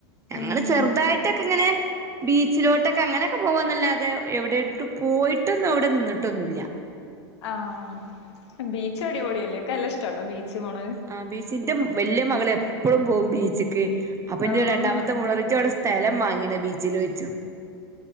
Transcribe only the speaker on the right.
ഞങ്ങള്
ചെറുതായിട്ടൊക്കെങ്ങനെ ബീച്ചിലോട്ടൊക്കെ, അങ്ങനൊക്കെ പോവാന്നല്ലാതെ, എവിടെട്ടും പോയിട്ടൊന്നും എവിടേം നിന്നിട്ടൊന്നുല്ല.
ആഹ്. ബീച്ച്, ന്റെ വല്യേ മകള് എപ്പഴും പോവും ബീച്ചിക്ക്, അപ്പൊന്റെ
രണ്ടാമത്തെ മോളറിം ഇജവടെ സ്ഥലം മങ്ങീണോ? ബീച്ചിലോയ്ച്ചും.